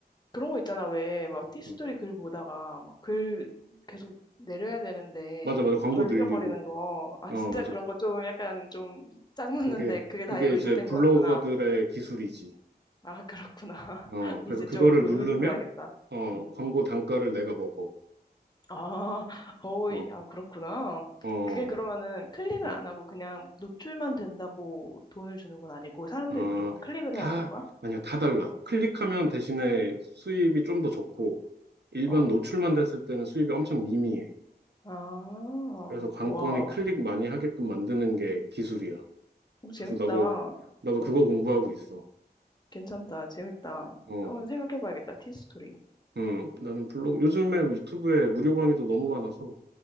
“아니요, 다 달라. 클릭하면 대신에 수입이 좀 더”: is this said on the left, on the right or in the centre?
Right